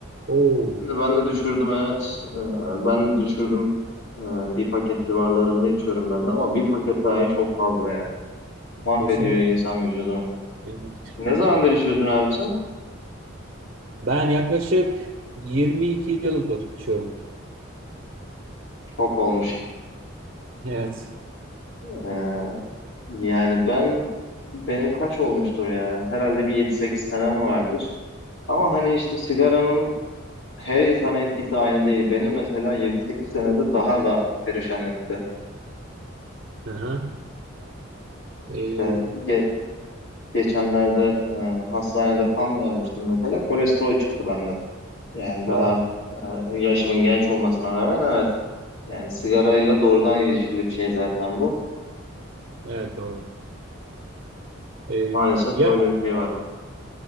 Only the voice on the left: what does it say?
Şimdi ben de düşürdüm evet. E, ben de düşürdüm. E, bir paket civarlarında içiyorum ben de ama bir paket dahi çok fazla ya. Mahvediyor
insan vücudunu.
Ne zamandır içiyordun abi sen?
Çok olmuş.
E, Yani ben benim kaç olmuştur ya? Herhalde bir yedi sekiz senem vardır. Ama hani işte sigaranın her insana etkisi aynı değil. Benim mesela yedi sekiz senede daha da perişan etti.
İşte ge- geçenlerde e, hastanede kan vermiştim mesela. Kolesterol çıktı bende. Yani daha
e, yaşımın genç olmasına rağmen evet. Yani sigarayla doğrudan ilişkili bir şey zaten bu.
Maalesef
böyle bir şey var.